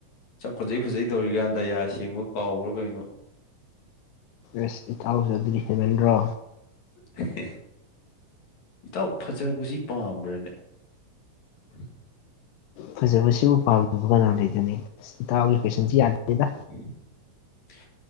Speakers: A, on the left (about 60°); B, on the left (about 80°).
A: ꯁꯛ ꯐꯖꯩ ꯐꯖꯩ ꯇꯧꯔꯤꯀꯥꯟꯗ ꯌꯥ ꯁꯦꯡꯕ ꯀꯥꯎꯕ꯭ꯔꯥ ꯀꯩꯅꯣ
B: ꯑꯁ ꯏꯇꯥꯎꯖꯨ ꯑꯗꯨꯗꯤ ꯍꯦꯟꯃꯟꯗ꯭ꯔꯣ
A: ꯍꯦ ꯍꯦ ꯏꯇꯥꯎ ꯐꯖꯕꯁꯤ ꯄꯥꯝꯕ꯭ꯔꯅꯦ <unintelligible>
B: ꯐꯖꯕꯁꯤꯕꯨ ꯄꯥꯝꯗꯕ ꯀꯅꯥ ꯂꯩꯒꯦꯅꯦ ꯑꯁ ꯏꯇꯥꯎꯒꯤ ꯀꯣꯏꯁꯟꯁꯤ ꯌꯥꯗꯦꯗ
A: <unintelligible>